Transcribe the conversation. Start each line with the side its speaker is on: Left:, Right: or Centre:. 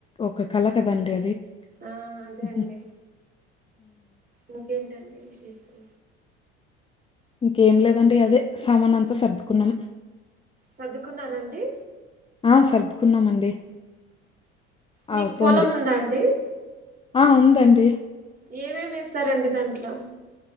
Left: ఒక కల కదండి అది
Right: ఆ అదే
Left: హుహ్
Right: అండి ఇంకేంటండి విశేషం.
Left: ఇంకేం లేదండి అదే సామాను అంతా సర్దుకున్నాం.
Right: సర్దుకున్నారా అండి.
Left: ఆ సర్దుకున్నామండి.
Right: మీకు
Left: అవుతోంది.
Right: పొలం ఉందా అండి.
Left: ఆ ఉందండి.
Right: ఏమేమి వేస్తారండి దాంట్లో